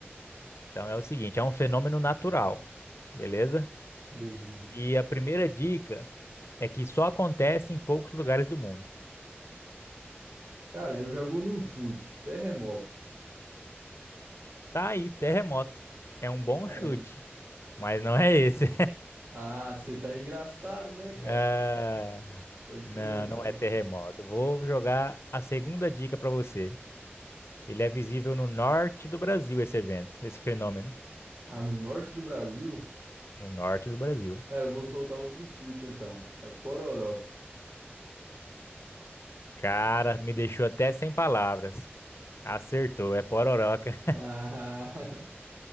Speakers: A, on the left (about 90°); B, on the right (about 80°).
A: Então é o seguinte, é um fenômeno natural, beleza?
B: Beleza.
A: E a primeira dica é que só acontece em poucos lugares do mundo.
B: Cara, eu já vou num chute. Terremoto.
A: Tá aí, terremoto. É um bom
B: Aí.
A: chute, mas não é esse.
B: Ah, você tá engraçado, né, cara?
A: Ah,
B: Pode
A: não,
B: começar.
A: não é terremoto. Vou jogar a segunda dica para você. Ele é visível no norte do Brasil, esse evento, esse fenômeno.
B: Ah, no norte do Brasil?
A: No norte do Brasil.
B: Cara, eu vou soltar outro chute então. É pororoca.
A: Cara, me deixou até sem palavras. Acertou, é pororoca.
B: <laughs> Ah,